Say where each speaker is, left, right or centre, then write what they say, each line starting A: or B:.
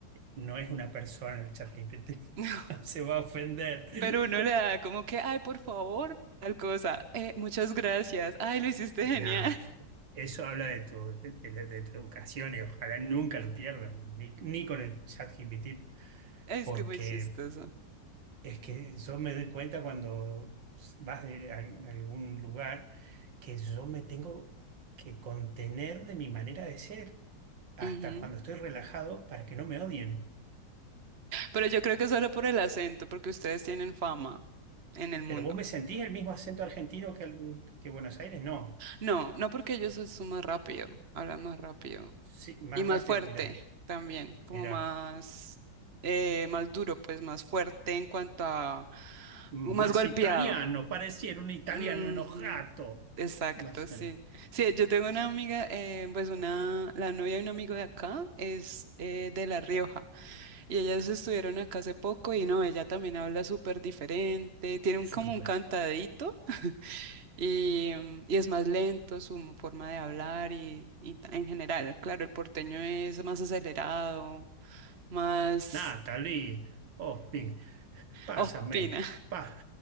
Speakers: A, on the right; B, on the right.
A: No es una persona el ChatGPT.
B: <laughs>
A: <laughs> Se va a ofender. <laughs>
B: pero uno le da como que, ay, por favor, tal cosa, eh, muchas gracias, ay, lo hiciste genial.
A: Nah,
B: <laughs>
A: Eso habla de tu, de, de- de tu educación y ojalá nunca lo pierdan, ni, ni con el chat GPT,
B: Es
A: porque
B: que muy chistoso.
A: es que yo me doy cuenta cuando vas de a- a algún lugar que yo me tengo que contener de mi manera de ser hasta
B: Ujú.
A: cuando estoy relajado para que no me odien.
B: Pero yo creo que solo por el acento, porque ustedes tienen fama en el mundo.
A: Pero vos me sentís el mismo acento argentino que, el- que Buenos Aires, no.
B: No, no porque ellos son son más rápido, hablan más rápido
A: Sí, más
B: y más
A: rápido,
B: fuerte
A: mirá,
B: también, como
A: mirá.
B: más, eh, más duro, pues más fuerte en cuanto a,
A: más
B: más golpeado.
A: italiano, pareciera un italiano
B: Ujú,
A: enojato.
B: Exacto,
A: No sé.
B: sí. Sí, yo tengo una
A: sí.
B: amiga, eh, pues una, la novia de un amigo de acá es eh, de La Rioja y ellas estuvieron acá hace poco y no, ella también habla súper diferente, tiene un, como
A: Súper.
B: un cantadito y, mm, y es más lento su forma de hablar y, y ta- en general, claro, el porteño es más acelerado, más
A: Natalie, Ospin, pásame,
B: <laughs> opina.
A: pa-